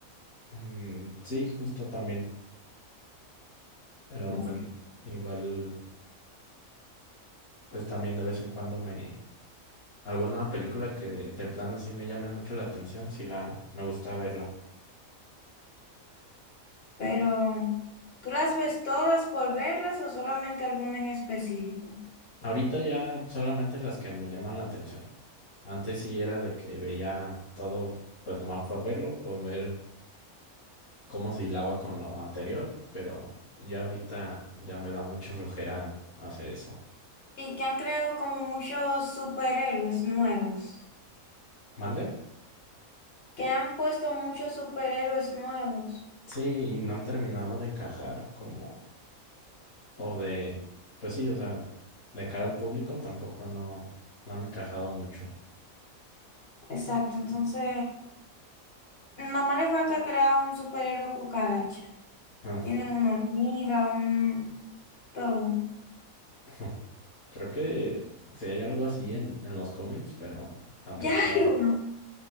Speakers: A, on the left; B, on the left.
A: Mm, sí, justo también. Pero
B: Claro.
A: bueno, igual, pues también de vez en cuando me... Alguna película que de, de plano sí me llame mucho la atención, sí la... me gusta verla.
B: Pero, ¿tú las ves todas por verlas o solamente alguna en específico?
A: Ahorita ya solamente las que me llaman la atención. Antes sí era de que veía todo, pues nomás por verlo, por ver cómo se hilaba con lo anterior, pero ya ahorita ya me da mucha flojera hacer eso.
B: Y que han creado como muchos superhéroes nuevos.
A: ¿Mande?
B: Que han puesto muchos superhéroes nuevos.
A: Sí, y no han terminado de encajar como, o de, pues sí, o sea, de cara al público tampoco no, no han encajado mucho.
B: Exacto, entonces, nada más le falta crear un superhéroe cucaracha.
A: Ah,
B: tiene una hormiga, un todo.
A: <laughs> Creo que sí hay algo así en, en los cómics, pero tampoco
B: Ya hay
A: ah,
B: uno.